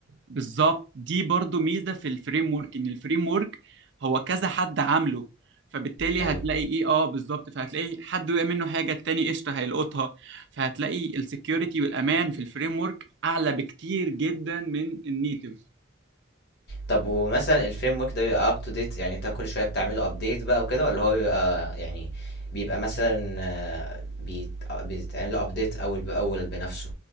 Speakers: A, on the right; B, on the left.
A: بالظبط دي برضو ميزة في الفريم ورك ان الفريم ورك هو كذا حد عامله فبالتالي
B: ايوه
A: هتلاقي ايه اه بالظبط فهتلاقي حد وقع منه حاجة التاني قشطة هيلقطها فهتلاقي السكيورتي والامان في الفريم ورك اعلى بكتير جدا من النيتف
B: طب ومثلا الفريم ورك ده بيبقى up to date يعني انت كل شويه بتعمله update بقى وكده ولا هو بيبقى يعني بيبقى مثلا آه، بيت... آه، بيتعمل update اول باول بنفسه